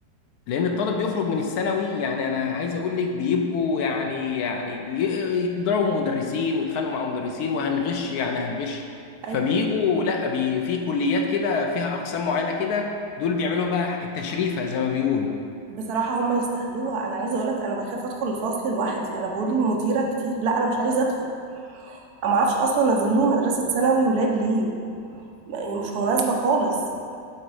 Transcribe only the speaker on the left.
لان الطالب بيخرج من الثانوي يعني انا عايز اقول لك بيبقوا يعني يعني ي- يضربوا مدرسين ويتخانقوا مع مدرسين وهنغش يعني هنغش
فبيجوا لا بي في كليات كده فيها اقسام معينه كده دول بيعملوا لهم بقى التشريفه زي ما بيقولوا